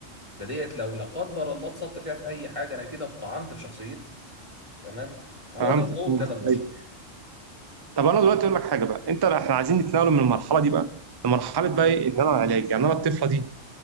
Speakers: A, on the left; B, on the right.
A: ده ديت لو لا قدر الله اتسطت فيها في اي حاجه انا كده اتطعنت في شخصيتي تمام فهو
B: فهمت
A: ده الخوف
B: فهمت
A: لدى البشر
B: أيوة. طب انا دلوقتي اقول لك حاجه بقى انت احنا عايزين نتنقل من المرحله دي بقى لمرحله
A: مم.
B: بقى ايه ان انا علاج يعني انا الطفله دي